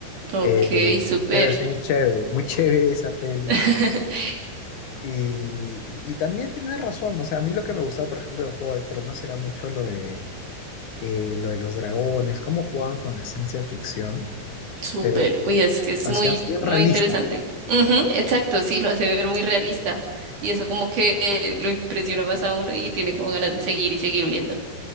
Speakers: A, on the right (about 50°); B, on the left (about 55°).
A: ok,
B: Eh,
A: súper,
B: pero es muy chévere, muy chévere esa peli.
A: <laughs>
B: Y, y también tienes razón. O sea, a mí lo que me gustaba, por ejemplo, de Juego de Tronos era mucho lo de, eh, lo de los dragones, cómo jugaban con la ciencia ficción,
A: súper.
B: pero lo
A: Uy, es que es
B: hacían
A: muy,
B: bien
A: muy
B: realista,
A: interesante. Ujú, exacto, sí, lo hace ver muy realista. Y eso como que eh, lo impresiona más a uno y tiene como ganas de seguir y seguir viendo.